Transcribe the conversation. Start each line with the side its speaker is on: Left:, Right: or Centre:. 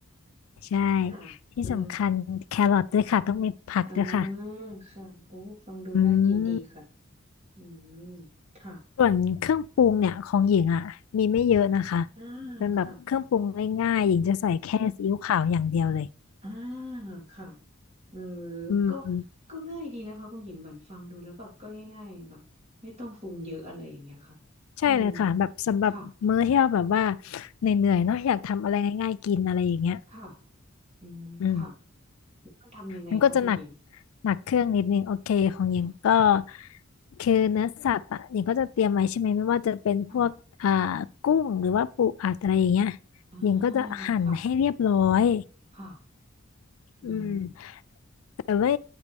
Left: ใช่
Right: ค่ะเออ
Left: ที่สำคัญแครอทด้วยค่ะต้องมีผักด้วยค่ะ
Right: อ่าค่ะโอ้ฟังดูน่ากินดีค่ะ
Left: อืม
Right: อืมค่ะ
Left: ส่วนเครื่องปรุงเนี่ยของหญิงอ่ะมีไม่เยอะนะคะ
Right: อ่า
Left: เป็นแบบเครื่องปรุงง่ายๆหญิงจะใส่แค่ซีอิ๊วขาวอย่างเดียวเลย
Right: ค่ะ อ่าค่ะเออ
Left: อืม
Right: ก็ก็ง่ายดีนะคะคุณหญิงบันฟังดูแล้วแบบก็ง่ายๆแบบไม่ต้องปรุงเยอะอะไรอย่างเงี้ยค่ะ
Left: ใช่เลยค่ะแบบสำหรับมื้อที่เราแบบว่า
Right: อืมค่ะ
Left: เหนื่อยๆเนาะอยากทำอะไรง่ายๆกินอะไรอย่างเงี้ย
Right: ค่ะอืมค่ะ
Left: อืม
Right: แล้วมันทำยังไงคะคุณหญิง
Left: มันก็จะหนักหนักเครื่องนิดนึงโอเคของหญิงก็
Right: ค่ะ
Left: คือเนื้อสัตว์อ่ะหญิงก็จะเตรียมไว้ใช่ไหมไม่ว่าจะเป็นพวกอ่า
Right: ค่ะ
Left: กุ้งหรือว่าปูอัดอะไรอย่างเงี้ย
Right: อ่า
Left: หญิงก็จะหั่นให้เรียบร้อย
Right: ค่ะค่ะอืม
Left: อืมแต่ไม่